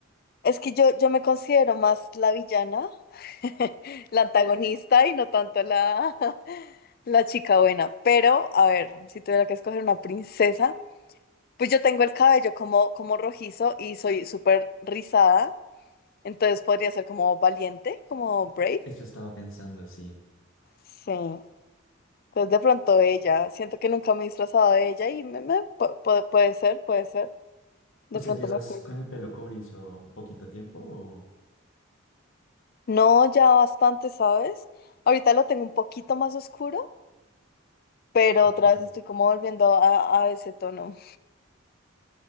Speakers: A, on the left (about 45°); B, on the left (about 75°).
A: Es que yo, yo me considero más la villana, <laughs> la antagonista y no tanto la, <laughs> la chica buena. Pero, a ver, si tuviera que escoger una princesa, pues yo tengo el cabello como, como rojizo y soy súper rizada, entonces podría ser como valiente, como brave.
B: Eso estaba pensando, sí.
A: Sí. Entonces de pronto ella, siento que nunca me he disfrazado de ella y me, me- pu- pu- puede ser, puede ser. De
B: O sea,
A: pronto
B: ¿llevas
A: me acuerdo.
B: con el pelo cobrizo poquito tiempo o...?
A: No, ya bastante, ¿sabes? Ahorita lo tengo un poquito más oscuro, pero
B: Ok,
A: otra vez estoy como volviendo a, a ese tono.